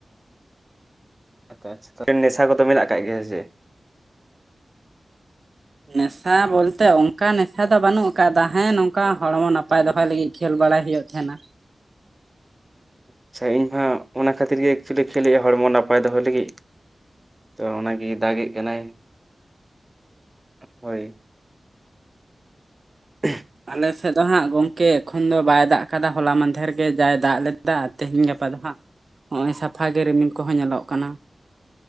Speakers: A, on the right; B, on the right.
A: <unintelligible> ᱱᱮᱥᱟ ᱠᱚᱫᱚ ᱢᱮᱱᱟᱜ ᱟᱠᱟᱜ ᱜᱮᱭᱟ ᱥᱮ
B: ᱱᱮᱥᱟ ᱵᱚᱞᱛᱮ ᱚᱱᱠᱟ ᱱᱮᱥᱟ ᱫᱚ ᱵᱟᱹᱱᱩᱜ ᱟᱠᱟᱫᱟ ᱦᱮᱸ ᱱᱚᱝᱠᱟ ᱦᱚᱲᱢᱚ ᱱᱟᱯᱟᱭ ᱫᱚᱦᱚᱭ ᱞᱟᱹᱜᱤᱫ ᱠᱷᱮᱞ ᱵᱟᱲᱟᱭ ᱦᱩᱭᱩᱜ ᱛᱟᱦᱮᱱᱟ᱾
A: ᱟᱪᱪᱷᱟ ᱤᱧ ᱢᱟ ᱚᱱᱟ ᱠᱷᱟᱹᱛᱤᱨ ᱜᱮ ᱮᱠᱪᱩᱞᱤ ᱦᱚᱨᱢᱚᱱ ᱱᱟᱯᱟᱭ ᱫᱚᱦᱚᱭ ᱞᱟᱹᱜᱤᱫ ᱛᱚ ᱚᱱᱟᱜᱤ ᱫᱟᱜᱮᱜ ᱠᱟᱱᱟᱭ ᱦᱳᱭ᱾ <inaudible>
B: ᱟᱞᱮ ᱥᱮᱜ ᱫᱚ ᱦᱟᱸᱜ ᱜᱚᱝᱠᱮ ᱮᱠᱷᱚᱱ ᱫᱚ ᱵᱟᱭ ᱫᱟᱜ ᱠᱟᱫᱟ ᱦᱚᱞᱟ ᱢᱟᱫᱷᱮᱨ ᱜᱮ ᱡᱟᱭ ᱫᱟᱜ ᱞᱮᱫᱟ ᱛᱮᱦᱮᱧ ᱜᱟᱯᱟ ᱫᱚ ᱦᱟᱸᱜ ᱦᱚᱜ ᱚᱭ ᱥᱟᱯᱷᱟ ᱜᱮ ᱨᱤᱢᱤᱞ ᱠᱚᱦᱚᱸ ᱧᱮᱞᱚᱜ ᱠᱟᱱᱟ᱾